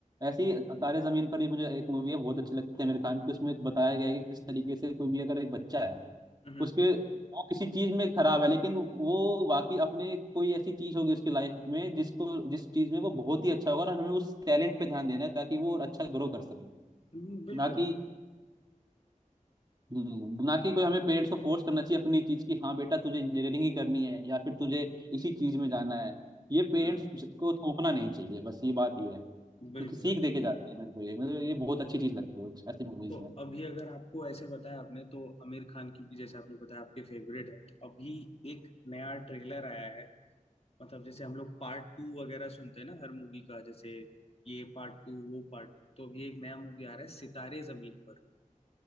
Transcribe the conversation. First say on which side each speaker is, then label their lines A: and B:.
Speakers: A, on the right (about 30°); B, on the left (about 45°).
A: ऐसी तारे जमीन पर ही मुझे एक मूवी है बहुत अच्छी लगती है आमिर खान की उसमें बताया गया है कि किस तरीके से कोई भी अगर एक बच्चा है
B: हम्म
A: उसके वो किसी चीज में खराब है लेकिन वो बाकी अपने कोई ऐसी चीज होगी उसके लाइफ में जिसको जिस चीज में वो बहुत ही अच्छा होगा और हमें उस टैलेंट पे ध्यान देना है ताकि वो और अच्छा ग्रो कर सके
B: हम्म, बिल्कुल
A: ना कि हम्म, ना कि कोई हमें पेरेंट्स को फोर्स करना चाहिए अपनी चीज की हाँ बेटा तुझे इंजीनियरिंग ही करनी है या फिर तुझे इसी चीज में जाना है ये पेरेंट्स
B: हम्म
A: को थोपना नहीं चाहिए बस ये बात ये है क्योंकि
B: बिल्कुल
A: सीख दे के जाते हैं मेरे को ये मतलब ये बहुत अच्छी चीज लगती है ऐसी मूवीज
B: तो अभी अगर आपको ऐसे बताया आपने तो आमिर खान की भी जैसे आपने बताया आपके फेवरेट है तो अभी एक नया ट्रेलर आया है मतलब जैसे हम लोग पार्ट टू वगैरह सुनते हैं ना हर मूवी का जैसे ये पार्ट टू वो पार्ट टू तो अभी एक नया मूवी आ रहा है सितारे जमीन पर